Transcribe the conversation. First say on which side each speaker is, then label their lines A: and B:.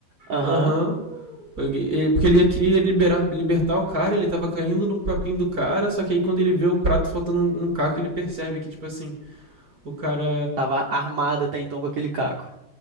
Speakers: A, on the right (about 75°); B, on the right (about 20°).
A: Aham.
B: Aham. Porque ele- Porque ele queria liberar, libertar o cara, ele tava caindo no papinho do cara, só que aí quando ele vê o prato faltando um, um caco, ele percebe que, tipo assim, o cara
A: Tava armado até então com aquele caco.